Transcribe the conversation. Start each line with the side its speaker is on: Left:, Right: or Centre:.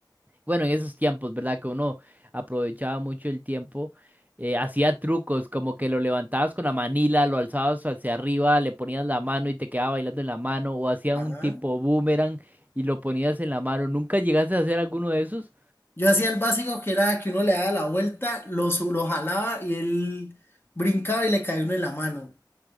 Right: bueno, en esos tiempos, ¿verdad? Que uno aprovechaba mucho el tiempo, eh, hacía trucos, como que lo levantabas con la manila, lo alzabas hacia arriba, le ponías la mano y te quedaba bailando en la mano, o hacía
Left: Ajá.
Right: un tipo boomerang y lo ponías en la mano. ¿Nunca llegaste a hacer alguno de esos?
Left: Yo hacía el básico que era que uno le daba la vuelta, lo, su- lo jalaba y él brincaba y le caía uno en la mano.